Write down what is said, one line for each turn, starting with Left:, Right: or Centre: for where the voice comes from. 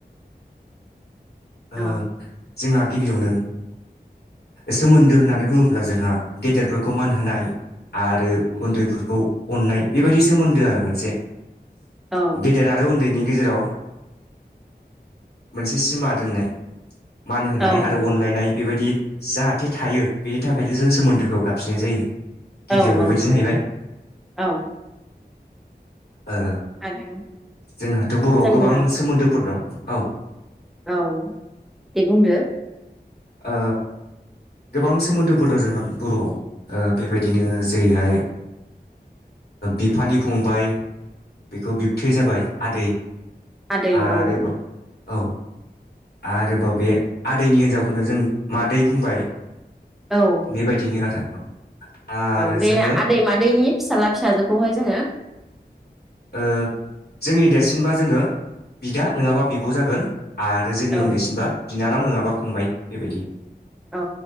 Centre: औ
Left: ओ जोंहा गिबियावनो सोमोन्दो होननानै बुङोब्ला जोंहा गेदेरफोरखौ मान होनाय आरो उन्दैफोरखौ अननाय बेबायदि सोमोन्दो आरो मोनसे
Centre: औ
Left: गेदेर आरो उन्दैनि गेजेराव मोनसे सिमा दोननाय मान होनाय
Centre: औ
Left: आरो अनलायनाय बेबायदि जाहाथे थायो बेनि थाखायनो जों सोमोन्दोखौ गाबज्रिनाय जायो। गिबियाव
Centre: औ
Left: बेबायदि
Centre: औ नंगौ
Left: जाहैबाय
Centre: औ
Left: ओ
Centre: आरो
Left: जोंहाथ' बर'आव
Centre: जोङो
Left: गोबां सोमोन्दोफोर दं औ
Centre: औ दे बुंदो
Left: ओ गोबां सोमोन्दोफोर दं जोंहा बर'आव ओ बेबायदिनो जेरैहाय बिफानि फंबाय बेखौ बिबथै जाबाय आदै
Centre: आदै
Left: आरोबाव
Centre: औ
Left: औ आरोबाव बे आदैनि हिनजावखौनो जों मादै बुंबाय
Centre: औ
Left: बेबायदिनो आरो औ <unintelligible>
Centre: औ बे
Left: जोङो
Centre: आदै मादैनि फिसाला फिसाजो बेवहाय जोङो
Left: ओ जोंनि देरसिनबा जोङो बिदा नोङाबा बिब' जागोन आरो जोंनि
Centre: औ
Left: उन्दैसिनबा बिनानाव नोङाबा फंबाय बेबायदि
Centre: औ